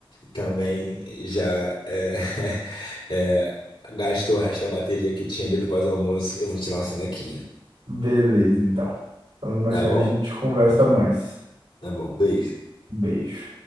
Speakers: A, on the left; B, on the right.
A: Também já é, <laughs> é, gastou o resto da bateria que tinha ali do pós-almoço. Eu vou tirar uma sonequinha,
B: beleza, então. Então, mais
A: tá
B: tarde
A: bom?
B: a gente conversa mais.
A: Tá bom, beijo.
B: Beijo.